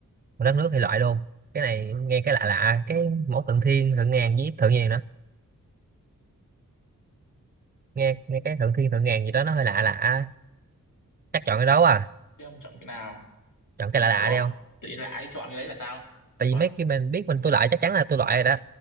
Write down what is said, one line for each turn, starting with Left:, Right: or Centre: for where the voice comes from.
Right: một đất nước thì loại luôn cái này nghe cái lạ lạ cái mẫu thượng thiên thượng ngàn với thượng nhàn đó nghe nghe cái thượng thiên thượng ngàn gì đó nó hơi lạ lạ chắc chọn cái đó à
Left: thế ông chọn cái nào
Right: chọn cái lạ lạ
Left: ủa
Right: đi không
Left: tự nhiên lại ai chọn cái đấy là sao
Right: tại vì
Left: ủa
Right: mấy cái mình biết mình tôi loại chắc chắn là tôi loại rồi đó